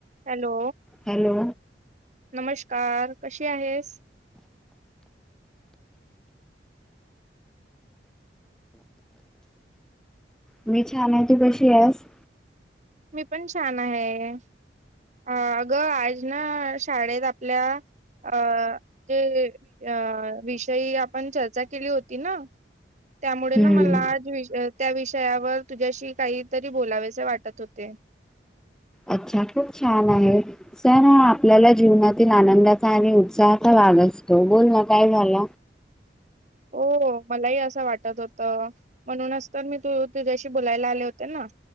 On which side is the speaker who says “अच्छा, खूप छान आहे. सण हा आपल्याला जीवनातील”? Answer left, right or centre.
Centre